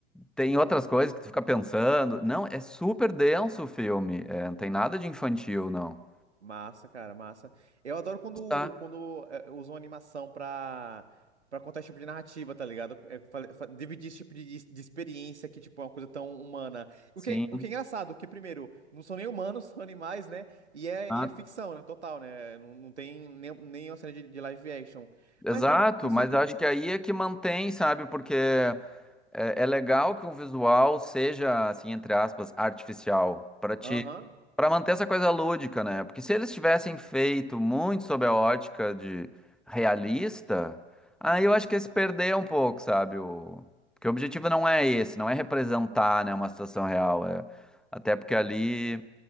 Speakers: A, in the centre; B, on the right.
A: tem outras coisas que tu fica pensando. Não, é super denso o filme. é, não tem nada de infantil, não.
B: Massa, cara, massa. Eu adoro quando,
A: Tá,
B: quando é, usam animação pra, pra contar esse tipo de narrativa, tá ligado? É, fa- fa- dividir esse tipo de, de experiência que, tipo, é uma coisa tão humana.
A: sim.
B: O que, é- o que é engraçado, que, primeiro, não são nem humanos, <laughs> são animais, né? E é,
A: Tá
B: e é ficção, né? Total, né? Não, não tem nem, nem uma cena de, de live action.
A: Exato,
B: Mas, inclusive...
A: mas eu acho que aí é que mantém, sabe? Porque é, é legal que um visual seja, assim, entre aspas, artificial, para te,
B: Aham.
A: para manter essa coisa lúdica, né? Porque se eles tivessem feito muito sob a ótica de realista, aí eu acho que ia se perder um pouco, sabe? O, porque o objetivo não é esse, não é representar, né, uma situação real, é até porque ali